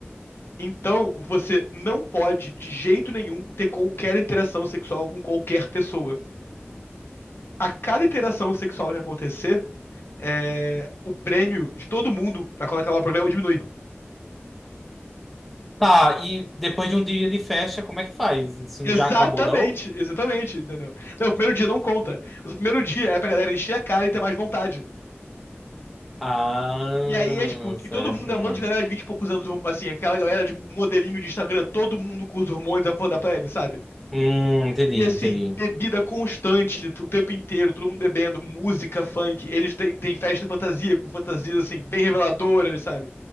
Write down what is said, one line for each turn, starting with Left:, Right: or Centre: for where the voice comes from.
Left: Então, você não pode, de jeito nenhum, ter qualquer interação sexual com qualquer pessoa. A cada interação sexual que acontecer, é, o prêmio de todo mundo pra quando acabar o programa diminui.
Centre: Tá, e depois de um dia de festa, como é que faz? Isso
Left: Exatamente,
Centre: já acabou, não?
Left: exatamente, entendeu? Não, o primeiro dia não conta. Mas o primeiro dia é pra galera encher a cara e ter mais vontade.
Centre: Ah,
Left: E aí é tipo,
Centre: certo.
Left: e todo mundo é
Centre: Hum,
Left: um monte de galera de 20 e poucos anos, assim, aquela galera de modelinho de Instagram, todo mundo com os hormônios à flor da pele, sabe?
Centre: Hum, entendi,
Left: E assim,
Centre: entendi.
Left: bebida constante, o tempo inteiro, todo mundo bebendo, música, funk. Eles têm, têm festa de fantasia, com fantasias, assim, bem reveladoras, sabe?